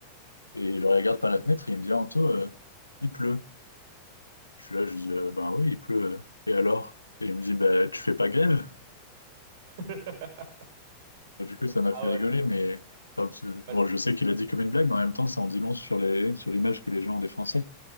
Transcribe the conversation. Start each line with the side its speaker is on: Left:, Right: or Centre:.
Left: Et je regarde par la fenêtre et il me dit, Anto, euh, il pleut. Je suis là, je dis, euh, ben oui, il pleut. euh. Et alors? Et il me dit, bah, tu fais pas grève?
Right: <laughs>
Left: Bon, du coup, ça m'a
Right: Ah
Left: fait
Right: ouais.
Left: rigoler, mais enfin, parce que-
Right: ouais.
Left: bon, je sais qu'il a dit comme une blague, mais en même temps, ça en dit long sur les, sur l'image que les gens ont des Français.